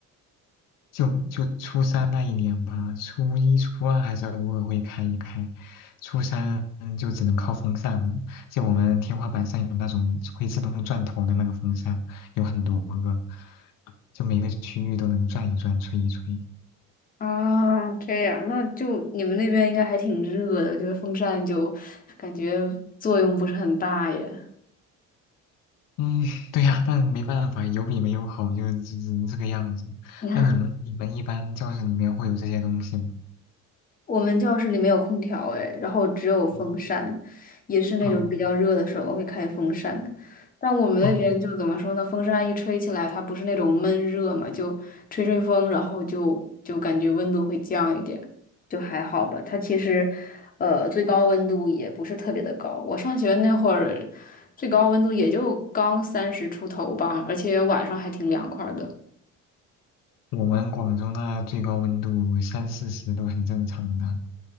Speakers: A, on the left; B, on the left.
A: 就就初三那一年吧，初一初二还是偶尔会开一开，初三嗯就只能靠风扇了，就我们天花板上有那种会自动转头的那个风扇，有很多个，就每个区域都能转一转，吹一吹。
B: 啊，这样，那就你们那边应该还挺热的，我觉得风扇就感觉作用不是很大耶。
A: 嗯，对呀，但没办法，有比没有好，就只只能这个样子。
B: <laughs>
A: 那你们你们一般教室里面会有这些东西吗？
B: 我们教室里没有空调哎，然后只有风扇，
A: 嗯
B: 也是那种比较热的时候会开风扇。
A: 嗯
B: 但我们那边就怎么说呢？
A: 嗯，
B: 风扇一吹起来，它不是那种闷热嘛，就吹吹风，然后就就感觉温度会降一点，就还好吧。它其实，呃，最高温度也不是特别的高。我上学那会儿，最高温度也就刚三十出头吧，而且晚上还挺凉快儿的。
A: 我们广州那最高温度三四十都很正常的。